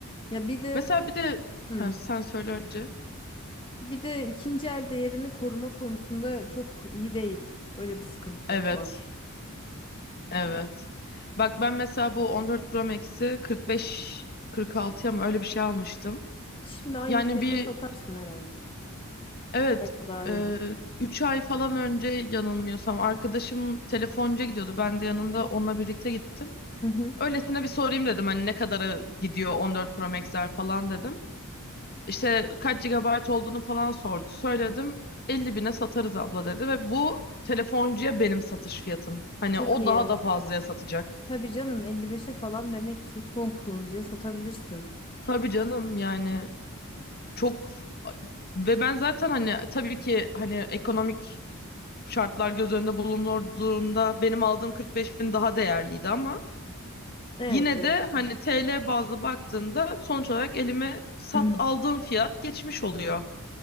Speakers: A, on the left; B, on the left.
A: Ya bir de
B: Mesela bir de
A: hı,
B: ha, sen söyle önce.
A: bir de ikinci el değerini koruma konusunda çok iyi değil. Öyle bir sıkıntı
B: Evet,
A: var.
B: evet. Bak ben mesela bu 14 Pro Max'i 45 46'ya mı öyle bir şey almıştım.
A: Şimdi aynı
B: Yani
A: fiyata
B: bir
A: satarsın herhalde.
B: evet
A: Belki daha
B: e,
A: iyi.
B: 3 ay falan önce yanılmıyorsam arkadaşım telefoncuya gidiyordu. Ben de yanında onunla birlikte gittim.
A: Hı hı.
B: Öylesine bir sorayım dedim hani ne kadara gidiyor 14 Pro Max'ler falan dedim. İşte kaç gigabayt olduğunu falan sordu. Söyledim 50 bine satarız abla dedi ve bu telefoncuya benim satış fiyatım. Hani
A: Çok
B: o
A: iyi.
B: daha da fazlaya satacak.
A: Tabii canım elli beşe falan demek ki son kullanıcıya satabilirsin.
B: Tabii canım yani çok ve ben zaten hani tabii ki hani ekonomik şartlar göz önünde bulunduğunda benim aldığım 45 bin daha değerliydi ama
A: Evet
B: yine
A: evet
B: de hani
A: tabii.
B: TL bazlı baktığında sonuç olarak elime sat
A: <clears throat>
B: aldığım fiyat geçmiş oluyor.